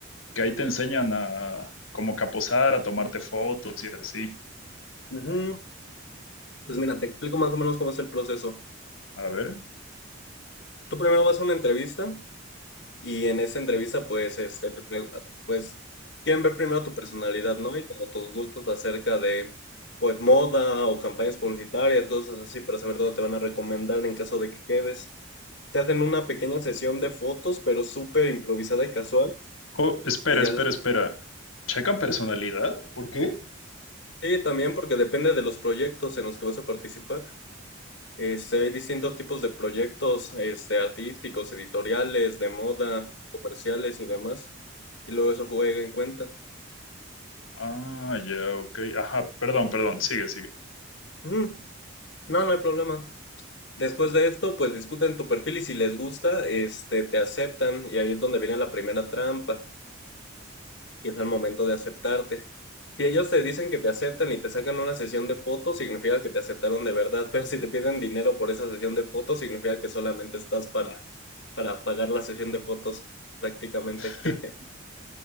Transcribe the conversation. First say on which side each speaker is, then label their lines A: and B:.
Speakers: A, on the left; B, on the left.
A: que ahí te enseñan a como que a posar, a tomarte fotos y así.
B: Ujú. Pues mira, te explico más o menos cómo es el proceso.
A: A ver.
B: Tú primero vas a una entrevista. Y en esa entrevista, pues, este, te pre- ah, pues, quieren ver primero tu personalidad, ¿no? Y como tus gustos acerca de, pues, moda o campañas publicitarias, cosas así, para saber dónde te van a recomendar en caso de que quedes. Te hacen una pequeña sesión de fotos, pero súper improvisada y casual.
A: Oh, espera,
B: Y ya
A: espera,
B: después...
A: espera. ¿Checan personalidad? ¿Por qué?
B: Sí, también porque depende de los proyectos en los que vas a participar. Este, hay distintos tipos de proyectos, este, artísticos, editoriales, de moda, comerciales y demás. Y luego eso juega en cuenta.
A: Ah, ya, ok. Ajá, perdón, perdón, sigue, sigue.
B: Ujú. No, no hay problema. Después de esto, pues discuten tu perfil y si les gusta, este, te aceptan y ahí es donde viene la primera trampa, que es al momento de aceptarte. Si ellos te dicen que te aceptan y te sacan una sesión de fotos, significa que te aceptaron de verdad, pero si te piden dinero por esa sesión de fotos, significa que solamente estás para, para pagar la sesión de fotos, prácticamente.
A: <laughs>
B: <laughs> Jeje.